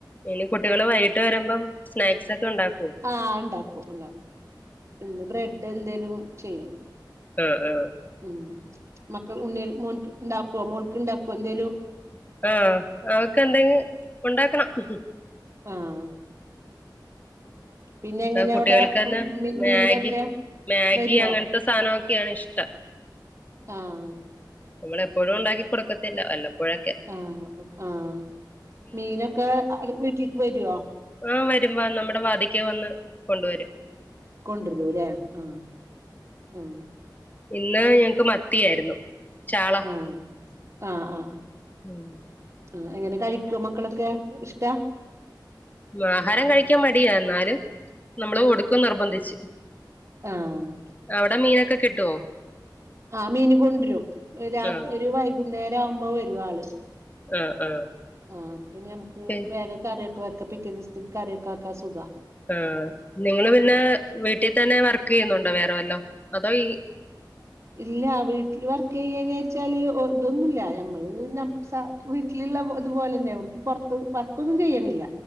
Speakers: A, on the left (about 20°); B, on the right (about 40°).
A: ഇനി കുട്ടികള് വൈകിട്ട് വരുമ്പം സ്നാക്സ് ഒക്കെ ഉണ്ടാക്കു
B: ആഹ് അഅ്ണ്ടാക്കൂ ഉണ്ടാക്കും. ഇന്ന് ബ്രെഡ് എന്തേലും ചെയ്യണം
A: ആ ആ
B: ഉം.. മക്കൾ ഉണ്ണിയൽ മോൻക് ഉണ്ടാക്കോ മോൾക്ക് ണ്ടാക്കോ എന്തേലും
A: ആഹ്.. അവൊക്കെന്തെങ്കി ഉണ്ടാക്കണം. ഹ് ഹ്
B: ആഹ്. പിന്നെ എങ്ങനെയാ
A: ആ കുട്ടികൾക്കന്നെ
B: അവിടെ മീ
A: മേഗി
B: മീനൊക്കെ
A: മേഗി
B: വരുവോ
A: അങ്ങൻ.. ത്ത സാനമൊക്കെയാണ് ഇഷ്ടം..
B: ആഹ്
A: നമ്മളെഎപ്പോഴും ഉണ്ടാക്കി കൊടുക്കത്തില്ല. വല്ലപ്പോഴൊക്കെ
B: ആഹ് ആഹ് മീനൊക്കെ അവ്ട്ക് വീട്ടീക്ക് വര്വോ...
A: ആഹ് വരും വ നമ്മുടെ വാതിക്കെ വന്ന് കൊണ്ടുവരും..
B: കൊണ്ട് രുലേ ഉം.. ഉം.
A: ഇന്ന് ഞങ്ങക്ക് മത്തിയായിരുന്നു.. ചാള
B: ആഹ്.. ആ അ..
A: ഉം
B: ആ എങ്ങനെ കഴിക്കോ മക്കളൊക്കെ ഇഷ്ടാ..
A: മാഹാരം കഴിക്കാൻ മടിയാ എന്നാലും, നമ്മള് കൊടുക്കും നിർബന്ധിച്ച്..
B: ആ. ഹ്.
A: അവിടെ മീനൊക്കെ കിട്ടുവോ..?
B: ആ മീന് കൊണ്ട്രും. ഒ രാത്
A: ആ
B: ഒരു വൈകുന്നേരാവുമ്പോ വരു ആള്..
A: ആ ആ
B: ആ.. അപ്പ പിന്നെ ഞമക്ക്
A: പി
B: വേഗം കറ്യൊക്.. വക്ക പിറ്റെ ദിവസ്‌ത്ത്ക്ക് കറിയൊക്കെ വെക്കാ സുഖ.
A: ആ നിങ്ങള് പിന്നെ വീട്ടി തന്നെ വർക്കെയ്യുന്നുണ്ടോ വേറെ വല്ലോ. അതോ ഈ..
B: ഇല്ല വീട്ടില് വർക്കയ്യെരാച്ചാല് ഒർതൊന്നുല്ല. ഞമ്മള്. ഞം സ. വീട്ടില്ള്ള തുപോലെന്നെ എവ്ട്ക്കും പൊർത്ത് വർക്കൊന്നും ചെയ്യണില്ല..